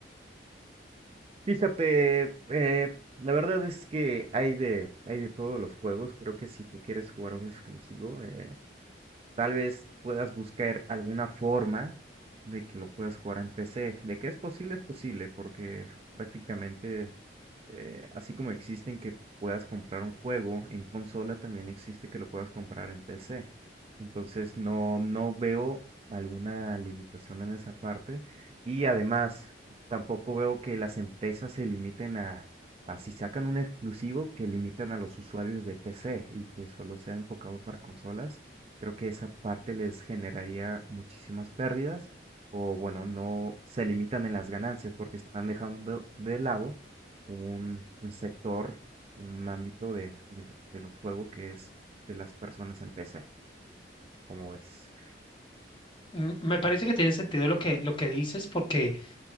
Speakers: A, on the right; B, on the left.
A: Fíjate, eh, la verdad es que hay de, hay de todos los juegos. Creo que si tú quieres jugar un exclusivo, eh, tal vez puedas buscar alguna forma de que lo puedas jugar en PC. De que es posible, es posible, porque prácticamente Sí. Eh, así como existen que puedas comprar un juego en consola, también existe que lo puedas comprar en PC. Entonces no, no veo alguna limitación en esa parte. Y además, tampoco veo que las empresas se limiten a, a si sacan un exclusivo, que limitan a los usuarios de PC y que solo sea enfocado para consolas. Creo que esa parte les generaría muchísimas pérdidas o bueno, no se limitan en las ganancias porque están dejando de lado un, un sector, un ámbito de, de lo- de los juegos que es de las personas en PC, como ves.
B: Mm, Me parece que tiene sentido lo que, lo que dices porque,